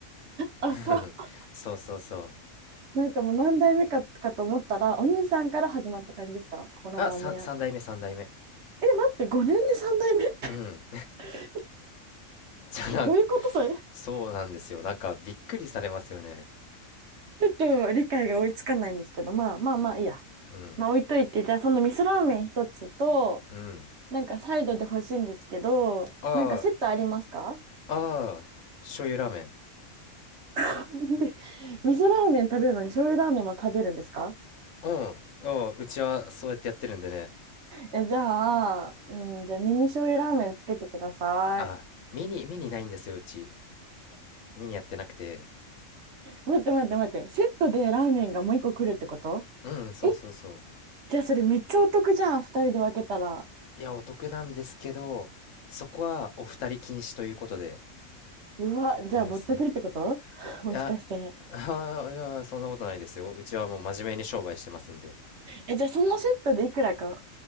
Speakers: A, on the right; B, on the left.
A: あ、
B: <laughs>
A: そう、
B: そうそうそう
A: なんかもう何代目か、かと思ったら、お兄さんから始まった感じですかこのラーメン屋。
B: あさん三3代目3代目
A: え、待って、5年で3代目 <laughs>
B: うん
A: どういう、
B: <laughs> じゃあなん
A: どういうことそれ
B: そうなんですよなんかびっくりされますよね
A: ちょっと理解が追いつかないんですけど、まあまあまあいいや。
B: うん
A: まあ置いといて、じゃあその味噌ラーメン一つと、
B: うん
A: なんかサイドで欲しいんですけど、
B: あ
A: なんかセットありますか
B: あああ醤油ラーメン
A: <laughs> で、味噌ラーメン食べるのに醤油ラーメンも食べるんですか
B: うんああうちはそうやってやってるんでね
A: え、じゃあ、うん、じゃあミニ醤油ラーメンつけてください。
B: あ、ミニ、ミニないんですよ、うち。ミニやってなくて。
A: 待って待って待って、セットでラーメンがもう一個来るってこと
B: うん、そうそうそう。
A: え、じゃあそれめっちゃお得じゃん、二人で分けたら。
B: いや、お得なんですけど、そこはお二人禁止ということで、
A: うわ、じゃあぼったくりってこと
B: やらせていた。い
A: <laughs> もしかして。
B: や、<laughs> ああいや、そんなことないですよ。うちはもう真面目に商売してますんで。
A: え、じゃあそのセットでいくらか